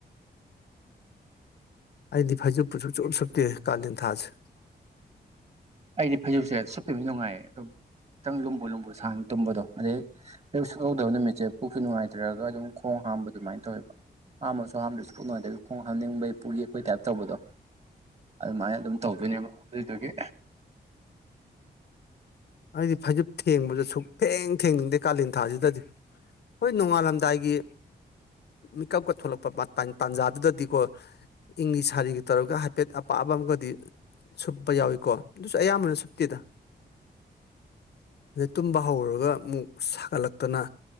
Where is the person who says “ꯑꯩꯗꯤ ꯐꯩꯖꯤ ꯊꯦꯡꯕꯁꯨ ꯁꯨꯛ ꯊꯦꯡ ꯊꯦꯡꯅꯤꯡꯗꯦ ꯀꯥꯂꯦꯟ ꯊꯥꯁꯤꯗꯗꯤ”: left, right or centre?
Left